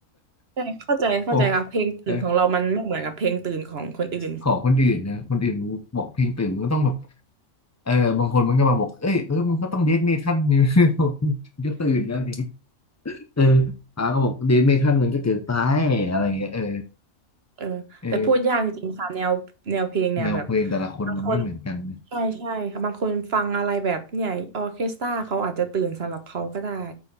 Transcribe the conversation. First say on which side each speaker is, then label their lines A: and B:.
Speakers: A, on the right (about 50°); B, on the left (about 20°).
A: ใช่เข้าใจเข้าใจค่ะเพลงตื่นของเรามันไม่เหมือนกับเพลงตื่นของคนอื่น
B: <laughs> ผมเออของคนอื่นนะคนอื่นบอกเพลงตื่นมันก็ต้องแบบเออบางคนมันก็มาบอกเอ้ยเออมันก็ต้องเดทเมทัลนี่ <laughs> มัก็ตื่นแล้วนี่เอออาก็บอกเดทเมทัลมันก็เกินไปอะไรอย่างเงี้ยเออ
A: เออแต่พูดยากจริงๆค่ะแนวแนวเพลงเนี่ยแบบ
B: เออ แนวเพลงแต่ละคนมันไม่เหมือนกันนะ
A: บางคน ใช่ใช่ค่ะบางคนฟังอะไรแบบเนี่ยออร์เคสตราเขาอาจจะตื่นสำหรับเขาก็ได้